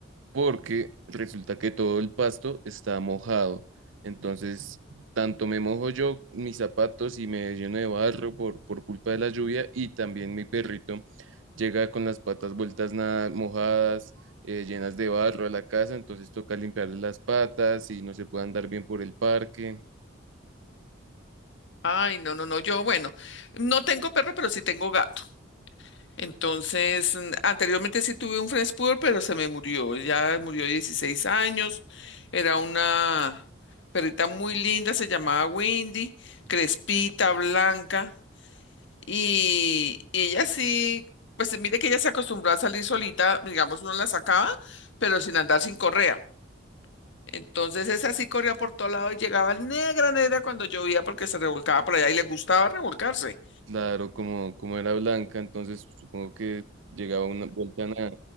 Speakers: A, on the right; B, on the left.
A: porque resulta que todo el pasto está mojado. Entonces, tanto me mojo yo mis zapatos y me lleno de barro por, por culpa de la lluvia y también mi perrito llega con las patas vueltas nada mojadas, eh, llenas de barro a la casa, entonces toca limpiarle las patas y no se puede andar bien por el parque.
B: Ay, no, no, no, yo, bueno, no tengo perro, pero sí tengo gato. Entonces, mm, anteriormente sí tuve un French Poodle, pero se me murió. Ya murió de 16 años. Era una perrita muy linda, se llamaba Windy, crespita, blanca. Y, y ella sí, pues mire que ella se acostumbró a salir solita, digamos, uno la sacaba, pero sin andar sin correa. Entonces esa sí corría por todo lado y llegaba negra, negra cuando llovía porque se revolcaba por allá y le gustaba revolcarse.
A: Claro, como, como era blanca, entonces supongo que llegaba una vuelta nada.